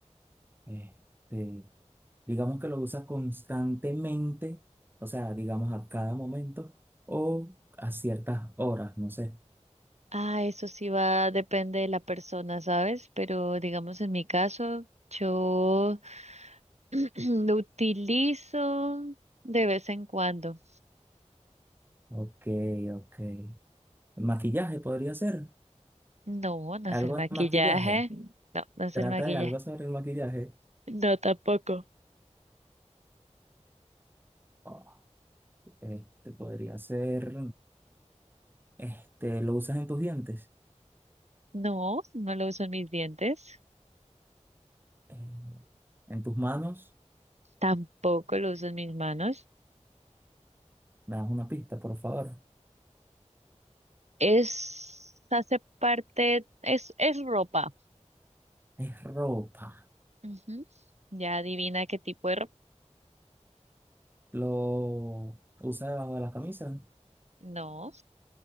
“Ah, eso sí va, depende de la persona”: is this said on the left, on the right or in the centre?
Right